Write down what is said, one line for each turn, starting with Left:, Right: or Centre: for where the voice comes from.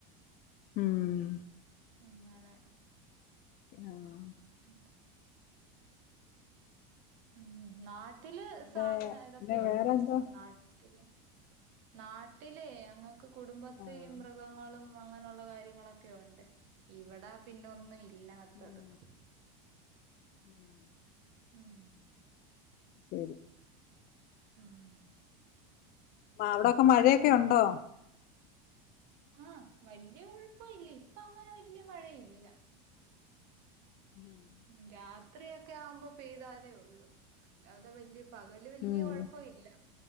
Left: ഉും
Right: അങ്ങനെ
Left: ആഹ്
Right: <inaudible> ഉം നാട്ടില്
Left: പിന്നെ
Right: സാധന ഇതൊക്കെയൊണ്ട്
Left: പിന്നെ വേറെന്താ
Right: നാട്ടില് നാട്ടിലേ അങ്ങക്ക് കുടുംബത്തെയും
Left: ആഹ്
Right: മൃ- കഗങ്ങളും അങ്ങനൊള്ള കാര്യങ്ങളൊക്കെ ഒണ്ട്. ഇവിടാ പിന്നഒന്നും ഇല്ലാത്തത്
Left: ഉം
Right: ഹ്
Left: <unintelligible>
Right: ഉും
Left: ശെരി
Right: ഉും
Left: ആഹ് അവിടൊക്കെ മഴയൊക്കെ ഒണ്ടോ?
Right: ആഹ് വല്ല്യ കൊഴപ്പല്ല്യ ഇപ്പഅങ്ങനെ വല്ല്യ മഴയില്ല
Left: <unintelligible>
Right: ഉും രാത്രിയൊക്കെ ആവുമ്പോ പെയ്താലേ ഒള്ളൂ അല്ലാതെ വല്ല്യ പകല് വല്ല്യ
Left: ഉം
Right: കൊഴപ്പുല്ല്യ